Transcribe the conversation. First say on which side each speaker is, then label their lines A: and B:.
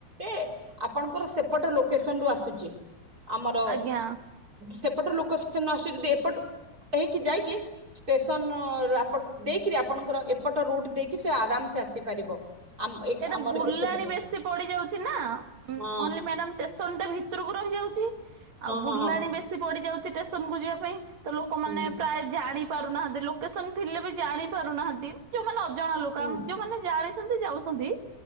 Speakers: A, on the right; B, on the right.
A: ଏ ଆପଣଙ୍କର ସେପଟ ଲୋକେସନ ରୁ ଆସୁଛି। ଆମର
B: ଆଜ୍ଞା।
A: ସେପଟ ଲୋକସନ ଆସୁଛି ଯଦି ଏପଟ ହେଇକି ଯାଇକି ଷ୍ଟେସନ ଅ ଦେଇକରି ଆପଣଙ୍କର ଏପଟ ରୁଟ ଦେଇକି ସେ ଆରାମସେ ଆସିପାରିବ ଆମ ଏକ
B: କେତେ
A: ଆମର
B: ବୁଲାଣି
A: ଏପଟ ରୁଟ
B: ବେଶି ପଡିଯାଉଛି ଚା ନା
A: ହଁ
B: ମଲ୍ଲୀ ମ୍ୟାଡ଼ାମ ଷ୍ଟେସନ୍। ଟା ଭିତରକୁ ରହିଯାଉଛି।
A: ହଁ
B: ଆଉ ବୁଲାଣି
A: ହଁ ହଁ
B: ବେଶୀ ପଡି ଯାଉଛି ଷ୍ଟେସନ୍ କୁ ଯିବା ପାଇଁ ତ ଲୋକମାନେ
A: ହୁଁ
B: ପ୍ରାୟ ଜାଣି ପାରୁ ନାହାନ୍ତି ଲୋକେସନ ଥିଲେ ବି ଜାଣି ପାରୁନାହାନ୍ତି। ମାନେ ଅଜଣା ଲୋକ
A: ହୁଁ
B: ଆମ ଯୋଉମାନେ ଜାଣି କେମିତି ଯାଉ ଅଛନ୍ତି